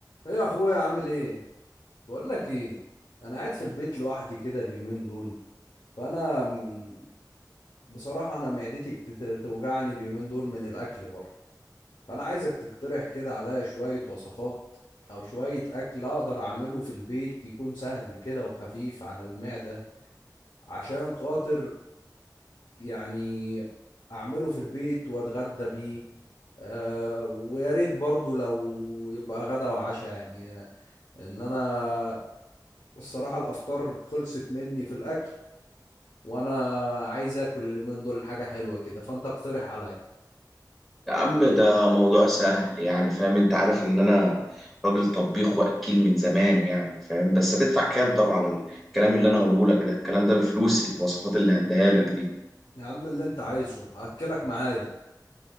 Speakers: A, on the left; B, in the centre.
A: ايه يا اخويا عامل ايه بقول لك ايه انا قاعد في البيت لوحدي كده اليومين دول فانا م- بصراحه انا معدتي بتوجعني اليومين دول من الاكل بره فانا عايزك تقترح كده عليا شويه وصفات او شويه اكل اقدر اعمله في البيت يكون سهل كده وخفيف على المعده عشان خاطر يعني اعمله في البيت واتغدى بيه آه ويا ريت برضو لو يبقى غدا وعشاء يعني ان انا الصراحة الأفكار خلصت مني في الأكل وأنا عايز آكل اليومين دول حاجة حلوة كده فأنت اقترح عليا
B: يا عم ده موضوع سهل يعني فاهم انت عارف ان انا راجل طبيخ واكيل من زمان يعني فاهم بس هتدفع كام طبعا على الكلام اللي انا هقوله لك ده الكلام ده بفلوس الوصفات اللي هديها لك دي
A: يا عم اللي أنت عايزه هأكلك معايا